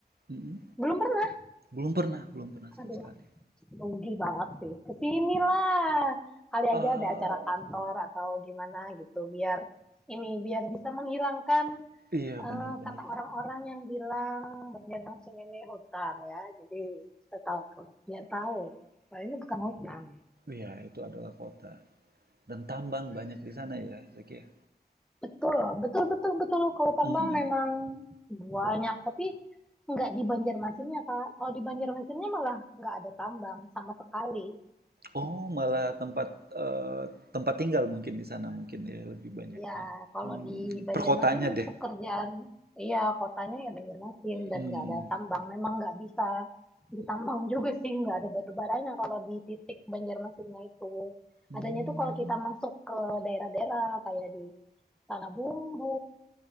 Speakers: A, on the right; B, in the centre.
A: Mm-mm.
B: Belum pernah.
A: Belum pernah, belum pernah sama
B: Aduh,
A: sekali.
B: rugi banget sih. Kesinilah. Kali
A: Eh,
B: aja ada acara kantor atau gimana gitu. Biar ini biar bisa menghilangkan
A: iya
B: eh,
A: bener-bener.
B: kata orang-orang yang bilang Banjarmasin ini hutan ya, jadi setahu dia tahu bahwa ini bukan hutan.
A: Iya, itu adalah kota. Dan tambang banyak di sana ya, Zaki. ya?
B: Betul, betul, betul, betul. Kalau tambang
A: Mm-mm.
B: memang banyak, tapi nggak di Banjarmasinnya Kak. Kalau di Banjarmasinnya malah nggak ada tambang sama sekali.
A: Oh, malah tempat eee, tempat tinggal mungkin di sana mungkin ya lebih banyaknya.
B: Iya, kalau
A: Hmm,
B: di Banjarmasin
A: perkotaannya deh.
B: pekerjaan, iya kotanya ya Banjarmasin dan
A: Hmm.
B: nggak ada tambang. Memang nggak bisa ditambang <laughs> juga sih, nggak ada batu baranya kalau di titik Banjarmasinnya itu.
A: Hmm.
B: Adanya tuh kalau kita masuk ke daerah-daerah kayak di Tanah Bumbu,